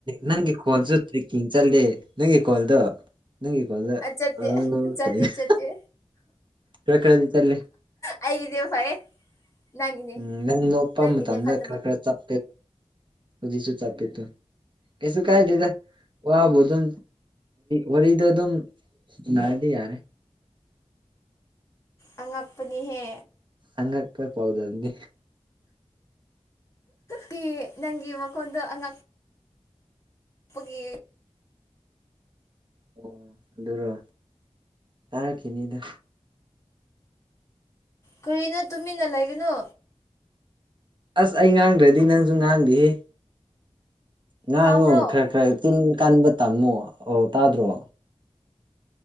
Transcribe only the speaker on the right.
ꯅꯪꯒꯤ ꯈꯣꯜꯁꯨ ꯇ꯭ꯔꯦꯛꯀꯤꯡ ꯆꯠꯂꯦ ꯅꯪꯒꯤ ꯈꯣꯜꯗꯣ ꯅꯪ ꯀꯗ
ꯑ
ꯀꯩꯅꯩꯅ
ꯀ ꯀ ꯆ ꯂꯩꯦ
ꯎꯝ ꯅꯪ ꯅꯣꯞꯄ
ꯃꯇꯝꯗ
ꯈꯔ ꯈꯔ ꯆꯞ ꯍꯧꯖꯤꯁꯨꯨ ꯆꯞꯦ ꯇ ꯀꯩꯁꯨ ꯀꯥꯏꯗꯗ ꯋꯥꯕꯨ ꯑꯗꯨꯝ ꯋꯥꯔꯤꯔꯤꯗ ꯑꯗꯨꯝ ꯥꯏꯗꯤ ꯌꯥꯔꯦ
ꯆꯉ ꯈ ꯄꯥꯎꯗꯅꯤ
ꯑꯣ ꯑꯗꯨꯔꯣ ꯇꯥꯔꯛꯈꯤꯅꯤꯗ
ꯑꯁ ꯑꯩ ꯉꯥꯡꯗ꯭ꯔꯗꯤ ꯅꯪꯁꯨ ꯉꯥꯡꯗꯦꯍꯦ ꯉꯍꯥꯡ
ꯉꯨ ꯈꯔ ꯈꯔ ꯇꯤꯟ ꯀꯟꯕ ꯇꯝꯃꯣ ꯑꯣ ꯇꯥꯗ꯭ꯔꯣ